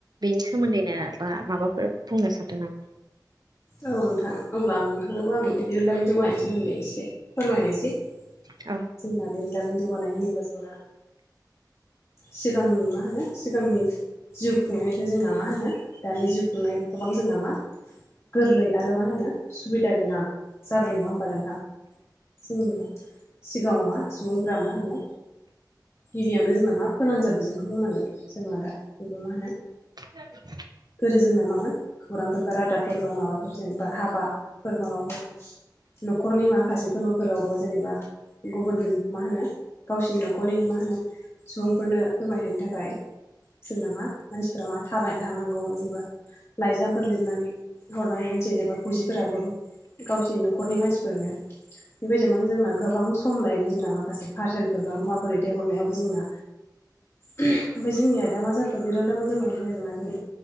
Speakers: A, on the right; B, on the left.
A: बेनि सोमोन्दैनो बा माबाफोर बुंनो सानदों नामा?
B: औ नोंथां अब्ला आं नोंथांनोबो आं बिरोंदामिन जौगानायनि सोमोन्दै एसे फोरमायनोसै
A: औ
B: जोंना बिरोंदामिन जौगानाय होनोबा जोंना सिगांनि मा होनो सिगांनि जिउ खुंनायनिफ्राय जोंना मा होनो दानि जिउ खुंनाया गोबां जोंना मा गोरलै आरो मा होनो सुबिदा गोनां जाबाय नङा होमबा नोंथां जोंनिया सिगाङाव मा सुबुंफ्रा मा होनो गिबियावनो जोंना मा फोनांजाब बिजोंखौ बुंनांगोन जोङा दा बेबो मा होनो
A: <unintelligible>
B: गोदो जोंना मामोन खौरांफोरबा रादाब फोरबा माबाफोर जेनेबा हाबाफोर माबाफोर न'खरनि माखासे फोरबोफोरावबो जेनेबा गुबुन मा होनो गावसिनि न'खरनि मा होनो सुबुंफोरनो फोरमायहैनो थाखाय जोंना मा मानसिफ्रा मा थाबायनानै थांनांगौमोन लाइजामफोर लिरनानै हरनांगौमोन जेनेबा फौजिफोराबो गावसिनि न'खरनि मानसिफोरनो बेबायदि मा जोंना गोबां सम लायोमोन जोंना माखासे पार्सेलफोर बा मुवाफोर दैहरनायावबो जोंना <unintelligible> ओमफाय जोंनिया दा मा जाखो बिरोंदामिन जौगानाो थाखाय नोंङा जेनै